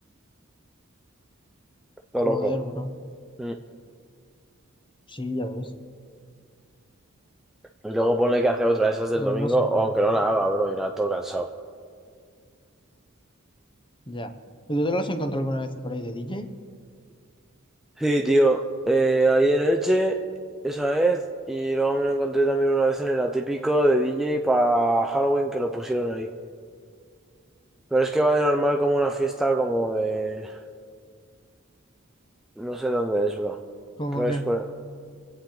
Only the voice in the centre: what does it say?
Todo
loco.
Mm.
Y luego pone que hace otra, de esas del
domingo,
o
aunque no la haga, bro, irá todo cansado.
Sí, tío. Eh, ahí en Elche, esa vez, y luego me lo encontré también una vez en el atípico de DJ para Halloween que lo pusieron ahí. Pero es que va de normal como una fiesta como de... No sé dónde es, bro.
Creo
que es por...